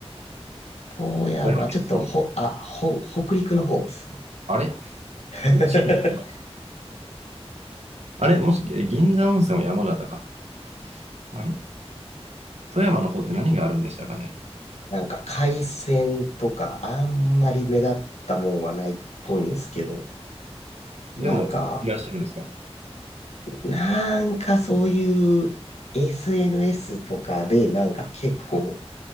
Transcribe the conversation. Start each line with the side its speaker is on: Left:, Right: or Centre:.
Left: 富山、
Right: 富山県そうですよね。
Left: ちょっとほ、あ、ほ、北陸の方っすね。
Right: あれ
Left: <laughs>
Right: チリ。あれもし、え銀座温泉は山形か。あれ富山の方って何があるんでしたかね
Left: なんか海鮮とかあんまり目立ったもんはないっぽいんすけど。
Right: でも、
Left: なんか、
Right: いらっしゃるんですか
Left: なんかそういう SNS とかでなんか結構